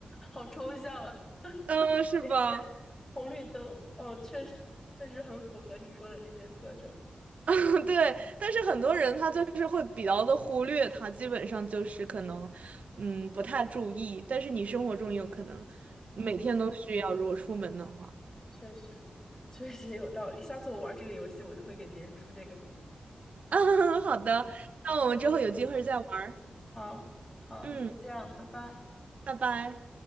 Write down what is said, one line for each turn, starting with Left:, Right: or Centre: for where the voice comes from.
Left: 好抽象啊。
Right: 嗯，呃是吧？
Left: 电线，红绿灯，哦，确实确实很符合你说的这些特征。
Right: <laughs> 对，但是很多人他就是会比较的忽略它，基本上就是可能，嗯，不太注意。但是你生活中有可能每天都需要，
Left: 那确
Right: 如果出门的话。
Left: 确实确实有道理。下次我玩这个游戏，我就会给别人出这个谜底。
Right: <laughs> 好的，那我们之后有机会再玩儿。
Left: 好，好，
Right: 嗯，
Left: 那先这样，拜拜。
Right: 拜拜。